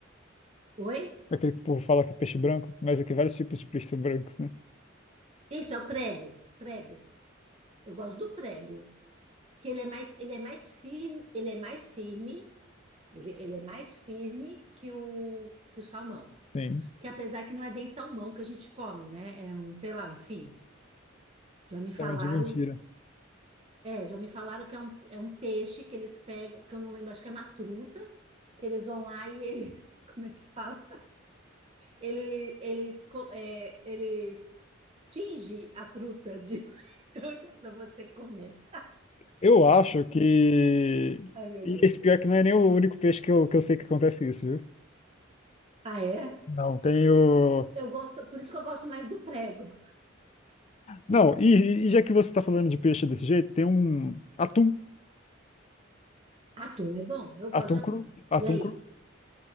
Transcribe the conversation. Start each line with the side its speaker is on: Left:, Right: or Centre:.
Right: Oi?
Left: É aquele que o povo fala que é peixe branco? Mas é que vários tipos de peixes são brancos, né?
Right: Isso é o prego, prego. Eu gosto do prego, que ele é mais, ele é mais firme, ele é mais firme, ele, ele é mais firme que o que o salmão,
Left: Sim.
Right: que apesar que não é bem salmão que a gente come, né? É um, sei lá, enfim. Já me falaram,
Left: Então é de mentira.
Right: é, já me falaram que é um, é um peixe que eles pegam, que eu não lembro, acho que é uma truta, que eles vão lá e eles, <laughs> como é que fala? Ele, eles, co- é, eles tinge a truta de <laughs> laranja para você comer.
Left: Eu acho que.
Right: Ai, meu
Left: E
Right: Deus.
Left: esse pior que não é nem o único peixe que eu, que eu sei que acontece isso, viu?
Right: Ah, é?
Left: Não, tem o.
Right: Eu gosto, por isso que eu gosto mais do prego.
Left: Não, e, e já que você tá falando de peixe desse jeito, tem um. Atum.
Right: Atum é bom, eu gosto
Left: Atum
Right: de atum.
Left: cru. Atum
Right: E aí,
Left: cru.